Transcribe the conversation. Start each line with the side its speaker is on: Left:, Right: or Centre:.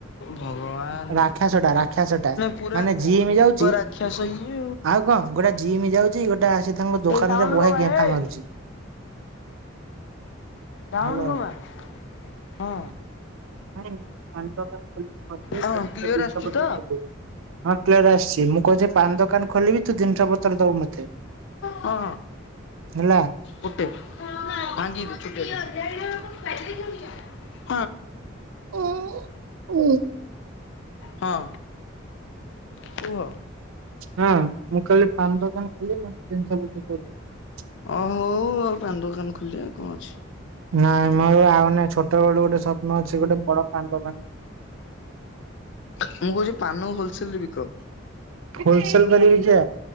Left: ଭଗବାନ
Right: ଅରାକ୍ଷସ ଟା ରାକ୍ଷସ ଟା
Left: ପୁରା
Right: ମାନେ
Left: କଳି
Right: ଜିମି ଯାଉଛି।
Left: ଯୁଗ ରାକ୍ଷସ ଇଏ
Right: ଆଉ କଣ ଗୋଟେ ଜିମ ଯାଉଛି। ଗୋଟେ ଆସି ତାଙ୍କ ଦୋକାନ
Left: ଏଇ ସାଉଣ୍ଡ
Right: ରେ ବହେ
Left: କମା
Right: ଗେମ୍ଫା
Left: ଏଇ
Right: ମାରୁଛି।
Left: ସାଉଣ୍ଡ
Right: ହାଲୋ
Left: କମା ହଁ।
Right: <unintelligible> କ୍ଲିୟର
Left: ହଁ ଆସୁଛି ତ?
Right: ଆସିଛି। ମୁଁ କହୁଛି ପାନ ଦୋକାନ ଖୋଲିବି ତୁ ଜିନିଷ ପତ୍ର ଦବୁ ମତେ।
Left: ହଁ
Right: ହେଲା।
Left: ଗୋଟେ ଭାଙ୍ଗିିବୁ ଛୁଟିଆଟେ। <unintelligible>
Right: ଓ ଓ।
Left: ହଁ କୁହ।
Right: ହଁ ମୁଁ କାଲି ପାନ ଦୋକାନ ଖୋଲିବି ମତେ ତିନିଶହ <unintelligible>
Left: ଓ ହୋଉ ପାନ ଦୋକାନ ଖୋଲିବା କଣ ଅଛି।
Right: ନାଇଁ ମ ଆଉ ନାଇଁ, ଛୋଟ ବେଳୁ ଗୋଟେ ସ୍ୱପ୍ନ ଅଛି ଗୋଟେ ବଡ ପାନ ଦୋକାନ
Left: ମୁଁ କହୁଛି ପାନ ହୋଲସେଲରେ ବିକ।
Right: ହୋଲସେଲ କରିବି ଯେ